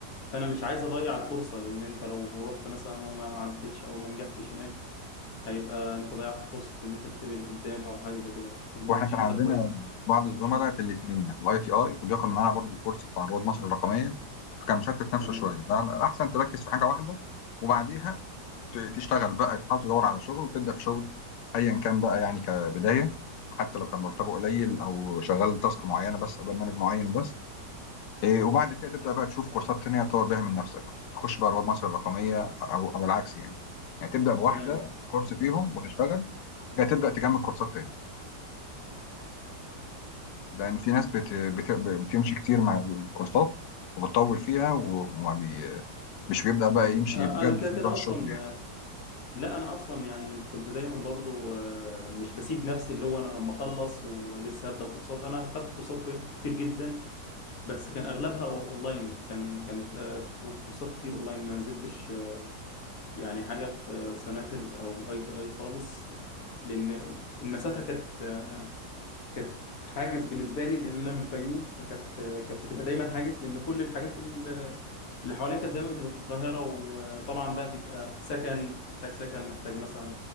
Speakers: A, on the left; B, on the left.
A: فانا مش عايز اضيع الفرصه لان انت لو رحت مثلا وما عدتش او ما نجحتش هناك هيبقى انت ضيعت فرصه ان انت تتقبل قدام او حاجه زي كده لان
B: واحنا
A: الشهاده
B: كان عندنا
A: كويسه
B: بعض الزملاء في الاثنين في الاي تي اي وبياخد معانا برضو الكورس بتاع رواد مصر الرقميه فكان مشتت نفسه
A: تمام
B: شويه فالاحسن تركز في حاجه واحده وبعديها ت- تشتغل بقى تحاول تدور على شغل وتبدا في شغل ايا كان بقى يعني كبدايه حتى لو كان مرتبه قليل او شغال تاسك معينه بس او برنامج معين بس إيه، وبعد كده تبدأ بقى تشوف كورسات تانية تطور بيها من نفسك تخش بقى رواد مصر الرقمية أو أو العكس يعني يعني تبدأ بواحدة
A: تمام
B: بكورس فيهم وتشتغل كده تبدأ تجمع كورسات تاني لأن في ناس بت... بت... بتمشي كتير مع الكورسات وبتطول فيها وما بي... مش بيبدأ بقى يمشي
A: آه،
B: بجد
A: انا كده
B: في
A: كده
B: موضوع الشغل
A: اصلا
B: يعني
A: آه، لا انا اصلا يعني كنت دايما برضو آه، مش بسيب نفسي اللي هو انا لما اخلص ولسه هبدا كورسات انا خدت كورسات كوي- كتير جدا بس كان اغلبها اونلاين كان كانت آه، كورسات كتير اونلاين ما نزلتش آه، يعني حاجه في آه، سناترز او اي تي اي خالص لان المسافه كانت آه، كانت حاجز بالنسبه لي لان انا من الفيوم فكانت آه، كانت بتبقى دايما حاجز لان كل الحاجات ال- اللي حواليا كانت دايما بتبقى في القاهره وطبعا بقى بيبقى سكن محتاج سكن محتاج مثلا